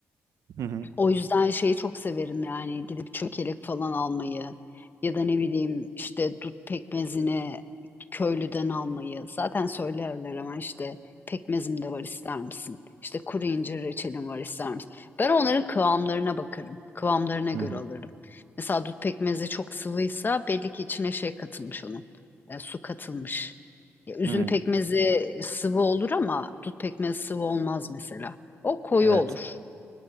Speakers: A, on the right; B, on the left.
A: Hı hı.
B: O yüzden şeyi çok severim yani gidip çökelek falan almayı ya da ne bileyim işte dut pekmezine köylüden almayı. Zaten söylerler ama işte pekmezim de var ister misin? İşte kuru incir reçelim var ister misin? Ben onların kıvamlarına bakarım. Kıvamlarına göre
A: Hı hı.
B: alırım. Mesela dut pekmezi çok sıvıysa belli ki içine şey katılmış onun. e, su katılmış. Ya, üzüm
A: Hı hı.
B: pekmezi sıvı olur ama dut pekmezi sıvı olmaz mesela. O koyu
A: Evet.
B: olur.